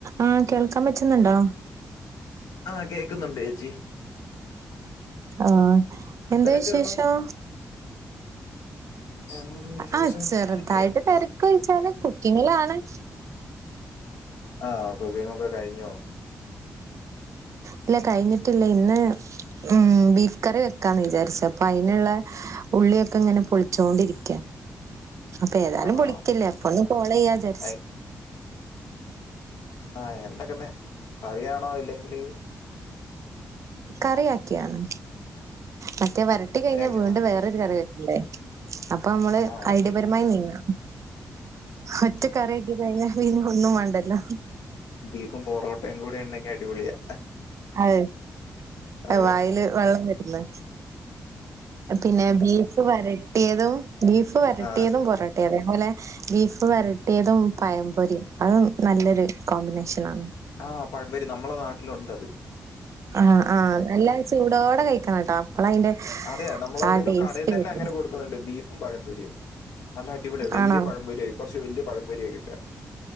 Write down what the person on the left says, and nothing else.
ആഹ് കേക്കുന്നുണ്ടെച്ചീ.
തിരക്കാണോ
എന്ത് വിശേഷം
എന്നാ
ആഹ് കുക്കിങ്ങോക്കെ കഴിഞ്ഞോ?
ആണോ
ഐ- ആഹ് എന്തക്കന്നെ കറിയാണോ ഇല്ലെങ്കില്
കറിയാക്കിയാണോ
ആ
ശരി
ബീഫും പൊറോട്ടയും കൂടെ ഉണ്ടെങ്കി അടിപൊളിയാ.
അതെ
ആ
ആഹ് പഴമ്പൊരി നമ്മളെ നാട്ടിലൊണ്ടത്.
അതെ നമ്മളവിടെ
ഒരു
കടയിൽ തന്നെ
അങ്ങനെ കൊടുക്കുന്നുണ്ട് ബീഫും പഴംപൊരിയും. നല്ല അടിപൊളി വലിയ
പഴം പൊരിയ കൊറച്ച് വലിയ പഴം പൊരിയ കിട്ടുക.